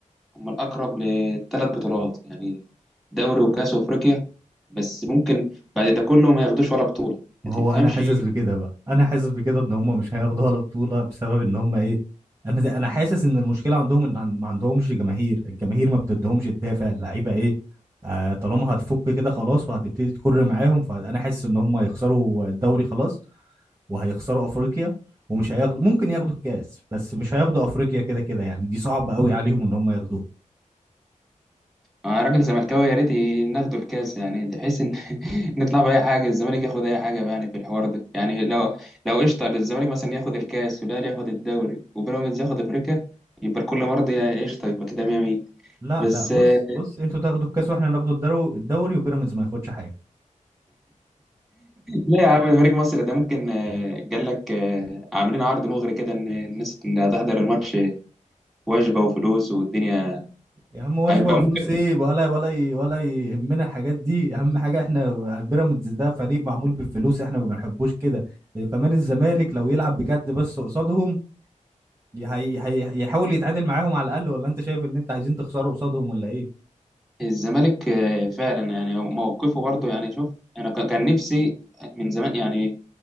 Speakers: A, in the centre; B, on the right (about 20°).
A: هم الأقرب لثلاث بطولات يعني دوري وكأس وأفريقيا بس ممكن بعد ده كله ما ياخدوش ولا بطولة
B: ما
A: ما تفهمش
B: هو انا حاسس بكده بقى انا حاسس بكده ان هم مش هياخدوا ولا بطوله بسبب ان هم ايه انا ده انا حاسس ان المشكله عندهم ان عن- ما عندهمش جماهير الجماهير ما بتديهمش الدافع اللعيبه ايه آه طالما هتفك كده خلاص وهتبتدي تكر معاهم فانا حاسس ان هم هيخسروا الدوري خلاص وهيخسروا افريقيا ومش هياخدوا ممكن ياخدوا الكاس بس مش هياخدوا افريقيا كده كده يعني دي صعبه قوي عليهم ان هم ياخدوها
A: أنا راجل زملكاوي يا ريت ناخدوا الكاس يعني تحس إن <laughs> نطلع بأي حاجة الزمالك ياخد أي حاجة بقى يعني في الحوار ده يعني لو لو قشطة الزمالك مثلا ياخد الكاس والأهلي ياخد الدوري وبيراميدز ياخد أفريقيا يبقى الكل مرضي يا قشطة يبقى كده 100 100
B: لا
A: بس
B: لا بص
A: <laughs> آه،
B: بص انتوا تاخدوا الكاس واحنا ناخدوا الدرو الدوري وبيراميدز ما ياخدش حاجه
A: لا يا عم فريق مصر ده ممكن آه، قال لك آه، عاملين عرض مغري كده ان الناس اللي هتحضر الماتش وجبه وفلوس والدنيا
B: يا عم وجبه
A: هيبقى
B: وفلوس
A: ممكن
B: ايه ولا ولا ي- ولا يهمنا الحاجات دي اهم حاجه احنا بيراميدز ده فريق معمول بالفلوس احنا ما بنحبوش كده كمان الزمالك لو يلعب بجد بس قصادهم ي- هي هي يحاول يتعادل معاهم على الاقل ولا انت شايف ان انت عايزين تخسروا قصادهم ولا ايه
A: الزمالك آه، فعلا يعني موقفه برضو يعني شوف انا ك- كان نفسي من زمان يعني